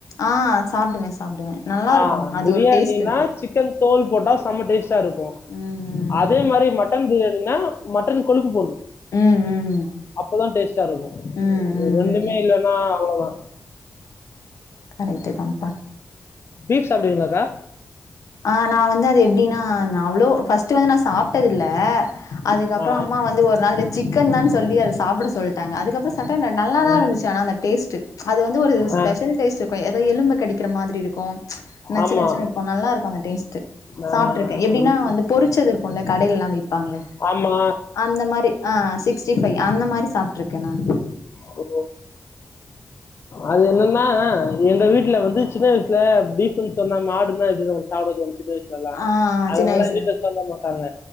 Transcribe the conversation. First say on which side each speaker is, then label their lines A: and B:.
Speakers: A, on the left; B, on the left.
A: ஆ சாப்டுவே சாப்டுவே நல்லாருக்கு
B: ஆ
A: அது
B: பிரியாணின்னா
A: ஒரு டேஸ்ட் இருக்கு
B: சிக்கன் தோல் போட்டா செம டேஸ்டா இருக்கு
A: ம்
B: அதே மாரி மட்டன் பிரியாணினா மட்டன் கொழுப்பு போட்ணு
A: ம் ம் ம்
B: அப்பதா டேஸ்ட் டா இருக்கு
A: ம் ம்
B: ஒன்னுமே
A: ம்
B: இல்லன்னா அவ்ளொ தா
A: கரெட்டுதாம்பா
B: பீஃப் சாப்டுவீங்ளாக்கா?
A: ஆ நா வந்து அது எப்டின்னா அவ்ளோ ஃபர்ஸ்ட்டு வந்து நா சாப்டதில்ல அதுக்கப்றொ
B: ஆ,
A: அம்மா வந்து ஒரு நாளு சிக்கன் தான் சொல்லி அத சாப்புட சொல் டாங்க அதுக்கப்றொ சாப்டா நல்லாதா
B: ஆ. ஆ,
A: இருந்துச்சு ஆனா அந்த டேஸ்ட்டு அது வந்து ஒ ஒரு
B: ஆ.
A: ஸ்பெஷல் டேஸ்ட் இருக்கும் எலும்ப கடிக்கிற மாதிரி இருக்கும் நச்சு
B: ஆமா.
A: நச்சின இருக்கும் நல்லா இருக்கும் அந்தடேஸ்டு
B: ஆ
A: சாப்பிட்டு இருக்கேன் எப்படின்னா
B: இது
A: வந்து பொறிச்சது உள்ள கடைடெல்லாம் விட்டு விப்பாங்க
B: ஆமா.
A: அந்த மாதிரி ஹ் சிக்ஸ் ஃபை அந்த மாதிரி சாப்பிட்ருக்கேன் நான்
B: ஓ அது என்னன்னா எங்க வீட்டுல வந்து சின்ன வயசுல பீப்ன்னு சொன்னா மாடுன்னா எப்படி நம்ம சாப்பிட
A: ஆ
B: அதனாலாம்
A: சின்ன வயசுல
B: வீட்டு சொல்ல மாட்டாங்க